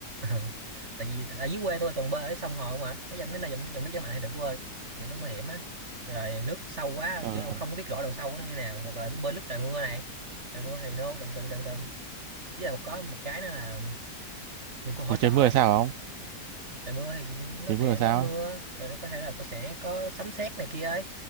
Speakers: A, on the right; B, on the right.
A: <laughs> tại vì ở dưới quê tôi toàn bơi ở sông hồ mà, cái dân mấy nơi dòng, dòng nước chảy mạnh thì đừng có bơi kiểu nó nguy hiểm á rồi nước sâu quá
B: Ờ.
A: kiểu ông không có biết rõ độ sâu của nó như nào hoặc là bơi lúc trời mưa này trời mưa thì no đừng đừng đừng đừng với lại có một cái nữa là dụng cụ hỗ
B: Ủa trời
A: trợ
B: mưa
A: ấy
B: là sao không?
A: trời mưa thì nó
B: Trời mưa
A: kệ
B: là sao?
A: nó mưa rồi nó có thể là có sẽ có sấm sét này kia ấy